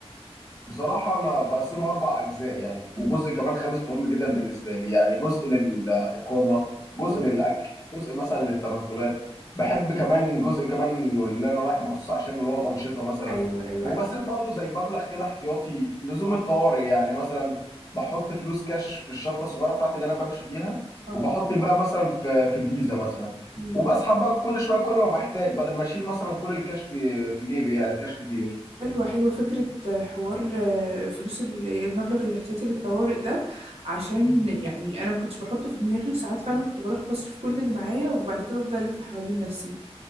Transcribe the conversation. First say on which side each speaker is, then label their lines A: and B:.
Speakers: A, on the left; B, on the right.
A: بصراحة أنا بقسمه أربع أجزاء يعني وجزء
B: مم.
A: كمان خامس مهم جدا بالنسبة لي يعني جزء للإقامة جزء
B: اه
A: للأكل جزء مثلا للتنقلات بحب كمان جزء كمان اللي أنا رايح مخصوص عشان اللي هو الأنشطة مثلا
B: أيوه أيوه
A: وبسيب
B: أكيد
A: برضو زي مبلغ كده احتياطي لزوم الطوارئ يعني مثلا بحط فلوس كاش في الشنطة الصغيرة بتاعتي اللي أنا بمشي فيها
B: اه
A: وبحط الباقي مثلا في في فيزا مثلا
B: أمم،
A: وبسحب بقى كل شوية كل ما بحتاج بدل ما أشيل مثلا كل الكاش في في جيبي يعني كاش كتير
B: حلوة حلوة فكرة آه، حوار آه، فلوس ال- المبلغ الاحتياطي للطوارئ ده عشان يعني أنا ما كنتش بحطه في دماغي وساعات فعلا كنت بروح بصرف كل اللي معايا وبعد كده أفضل ألف حوالين نفسي